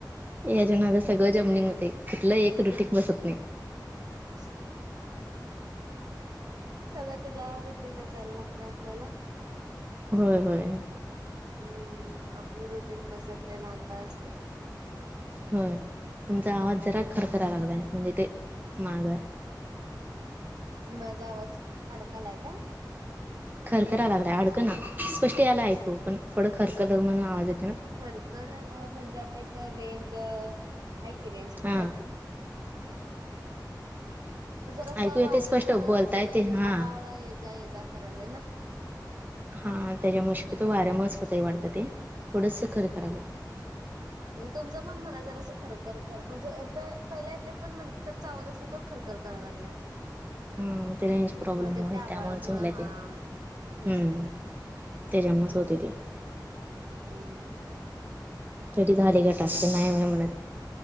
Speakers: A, on the right; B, on the right.
A: याच्या नादात सगळं जमनिंग होतय, कुठलं एक रुटीक बसत नाय.
B: <inaudible> सगळ्या त्याच्या रुटीनच जायला लागते आपल्याला.
A: होय होय.
B: हम्म आपलं रुटीन बसत नाय लहान बाळ असल की.
A: होय तुमचा आवाज जरा खरखरा लागलाय म्हणजे ते मागं.
B: माझा आवाज अडकालाय काय.
A: खरखरा लागलय अडकंना स्पष्ट यायलय ऐकू पण थोडं खरखर लग म्हण आवाज येत
B: खरखरलाय म्हणजे आता इथं रेंज हाय की रेंज पण
A: हा
B: हाय की. ते जरास
A: ऐकू येते
B: वाऱ्यामुळ
A: स्पष्ट बोलता
B: ते
A: येते हा
B: आबाळ ये जा ये जा करालय ना.
A: हा त्याजामुळ शक्यतो वाऱ्यामुळच होतय वाडतं ते थोडंस खरं खरा लय.
B: तुमचा पण मला जरास खरखर कर म्हणजे येतोय पहिल्या येतोय पण नंतरचा आवाज अस तो. खर खर करा लागलाय..
A: ह. हम ते रेंज प्रॉब्लेम
B: बहुतेक
A: होल
B: त्या आबाळामुळ
A: त्यामुळेच होलाय
B: हा
A: ते
B: तेच
A: हम्म
B: की
A: त्याच्या््हाच
B: हम्म
A: होते ते.
B: हम्म.
A: तरी झाले गट असत नाही म्ह म्हणत.